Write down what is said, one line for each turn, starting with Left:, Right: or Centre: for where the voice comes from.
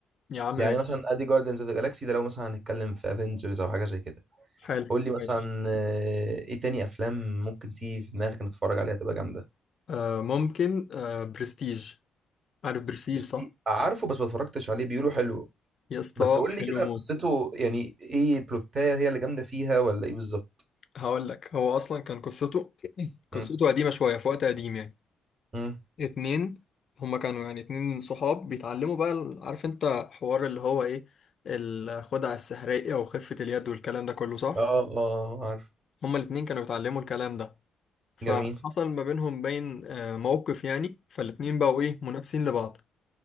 Left: يا عم
Right: يعني
Left: ماشي
Right: مثلا ادي جاردينز اوف ذا جالاكسي ده لو مثلا هنتكلم في افنجرز او حاجه زي كده
Left: حلو
Right: قول لي مثلا
Left: ماشي
Right: آه، ايه تاني افلام ممكن تيجي في دماغك نتفرج عليها تبقى جامده
Left: آه ممكن آه برستيج عارف برستيج
Right: بس
Left: صح
Right: دي- عارفه بس ما اتفرجتش عليه بيقولوا حلو
Left: يا اسطى
Right: بس قول
Left: حلو
Right: لي كده
Left: موت
Right: قصته يعني ايه بلوتايه هي اللي جامده فيها ولا ايه بالظبط
Left: هقول لك هو اصلا كان قصته قصته
Right: مم.
Left: قديمه شويه في وقت قديم يعني
Right: مم.
Left: اتنين هما كانوا يعني اتنين صحاب بيتعلموا بقى ال- عارف انت حوار اللي هو ايه الخدعة السحرية وخفة اليد والكلام ده كله صح؟
Right: اه اه عارف
Left: هما الاتنين كانوا بيتعلموا الكلام ده فحصل
Right: جميل
Left: ما بينهم بين آه، موقف يعني فالاتنين بقوا ايه منافسين لبعض